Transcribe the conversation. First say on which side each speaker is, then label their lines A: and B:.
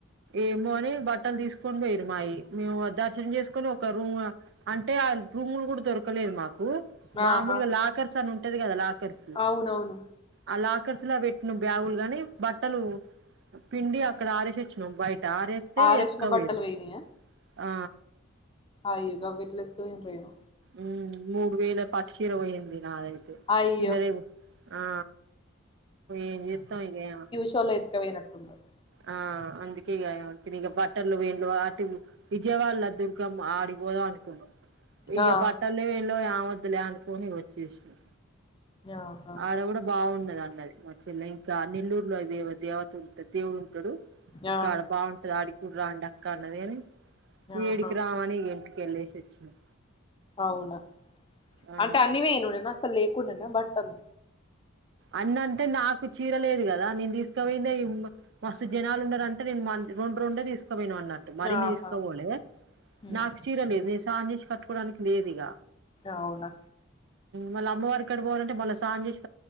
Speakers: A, on the right; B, on the left.
A: ఏమో అని బట్టలు తీసుకొని పోయిరు మాయి మేము దర్శనం చేసుకొని ఒక రూమ్ అంటే ఆ రూములు కూడా దొరకలేదు మాకు మామూలుగా
B: ఆహా
A: లాకర్స్ అని ఉంటది కదా లాకర్స్
B: అవునవును
A: ఆ లాకర్స్ లా పెట్టిన బ్యాగులు గాని బట్టలు పిండి అక్కడ ఆరేసే చ్చినం బయట ఆరు ఎత్తే
B: ఆరేసిన
A: ఎతుక వేయిరు
B: బట్టలు పోయినయా
A: ఆ
B: అయ్యో గవ్వేట్ల ఎత్తుకవయ్యిరో ఏమో
A: ఉ మూడు వేల పట్టుచీర పోయింది నాదైతే
B: అయ్యో
A: పిల్లలే ఆ ఏం చేత్తం ఇగేమో
B: చోలో ఎత్తుక పే నట్టున్నారు
A: ఆ అందుకే ఇగ బట్టర్లు వేళ్లు ఆటి విజయవాడల దుర్గమ్మ ఆడికిపోదాం అనుకున్నాం ఇక
B: ఆ
A: బట్టలు లేవు ఏం లేవు యమద్లే అనుకోని వచ్చేసినం
B: ఆహా
A: ఆడ కూడా బాగున్నది అన్నది మచ్చల ఇంకా నెల్లూరులో అద దేవత ఉంట దేవుడు ఉంటాడు. ఇంకాడ
B: ఆ
A: బాగుంటది ఆడి కూడా రామ్డక్క అన్నది గని
B: ఆహా
A: ఏడికి రావని ఇగ ఇంటికికెళ్ళేసి వచ్చినం
B: అవునా
A: ఆ
B: అంటే అన్ని అన్ని పోయినుండేన అసలు లె కుండేన బట్టలు
A: అన్ని అంటే నాకు చీర లేదు కదా నేను తీసుకపోయిందే మస్తు జనాలు ఉన్నరంటే నేను రెండు రెండే తీసుకుపోయినం అన్నా మరిన్ని
B: ఆహా
A: తీసుకపోలే
B: ఉమ్
A: నాకు చీర లేదు నేను స్నానంనేసి కట్టుకోవడానికి లేదు ఇగ
B: అవునా
A: మళ్ళా అమ్మవారి కాడికి పోవాలంటే మళ్ళా సాంజేసి